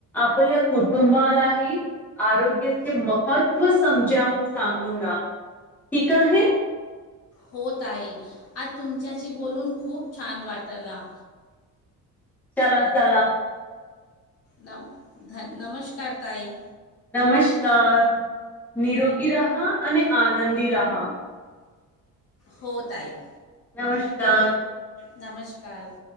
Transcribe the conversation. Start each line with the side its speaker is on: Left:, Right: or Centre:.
Centre: आपल्या कुटुंबालाही आरोग्याचे महत्त्व समजावून सांगून द ठीक आहे
Left: होत आहे आज तुमच्याशी बोलून खूप छान वाटला
Centre: चला चला
Left: नम धन नमस्कारतााई
Centre: नमस्कार निरोगी राहा आणि आनंदी राहा
Left: होत आहे
Centre: नमस्कार
Left: नमस्कार